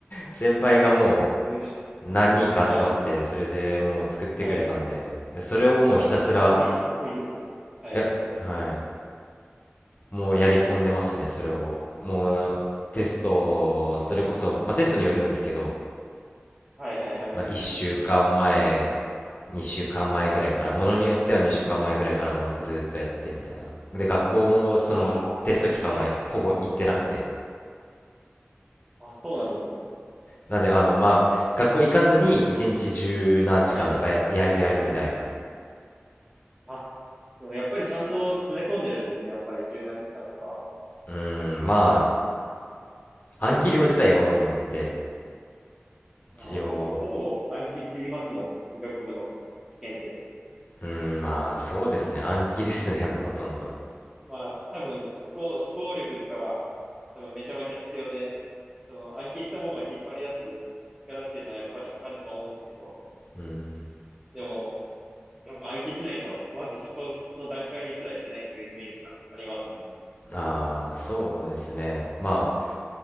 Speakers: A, on the left (about 40°); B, on the right (about 15°).
A: 先輩がもう
B: 優秀。
A: 何人か集まって、
B: はい。
A: それでもう作ってくれたんで、
B: はい。
A: でそれをもうひたすら、
B: あ、神、神ですね。はい。
A: や、はい、もうやり込んでますね、それを。もうテスト、それこそ、まあ、テストによるんですけど、
B: はいはいはい。
A: まあ、1週間前、2週間前ぐらいから、
B: おー。
A: ものによっては2週間前ぐらいからもうずずっとやってみたいな。で、学校もそのテスト期間はほぼ行ってなくて、
B: ああ、はいはいはい。あ、そうなんですね。
A: なんで、あの、まあ、学校行かずに一日十何時間とかや、
B: はい。
A: やる、やるみたいな。
B: あ、でもやっぱりちゃんと詰め込んでるんですね。やっぱり十何時間とかは。
A: うーん、まあ、暗記量自体は多いんで、
B: まあーほぼ暗記って言いますもんね。
A: 一応、
B: 医学部の試験って。
A: うーん、まあ、そうですね、暗記ですね、<laughs> もうほとんど。
B: まあ、多分、思考、思考力とかは、多分めちゃめちゃ必要で、その暗記したものを引っ張り出す力っていうのはやっぱりあると思うんですけど、
A: うーん、
B: でも、やっぱ暗記しないと、まずそこの段階にすらいけないっていうイメージがありますね。
A: ああ、そうですね。まあ、